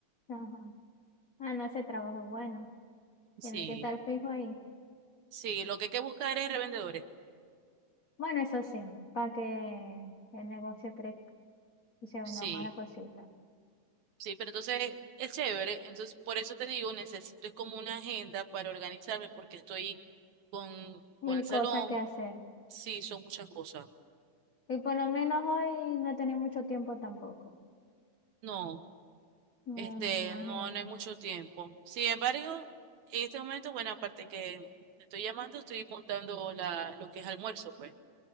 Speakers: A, on the left (about 70°); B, on the right (about 70°).
A: Ajá. Ah, no, ese trabajo es bueno.
B: Sí,
A: Tiene que estar fijo ahí.
B: sí, lo que hay que buscar es revendedores.
A: Bueno, eso sí, para que el negocio crezca. y se vendrán
B: Sí,
A: más las cositas.
B: sí, pero entonces es chévere. Entonces, por eso te digo, necesito, es como una agenda para organizarme porque estoy con,
A: Mil
B: con el salón.
A: cosas que hacer.
B: Sí, son muchas cosas.
A: Y por lo menos hoy no tenéis mucho tiempo tampoco.
B: No.
A: Bueno,
B: Este,
A: me imagino.
B: no, no hay mucho tiempo. Sin embargo, en este momento, bueno, aparte que te estoy llamando, estoy apuntando la, lo que es almuerzo, pues.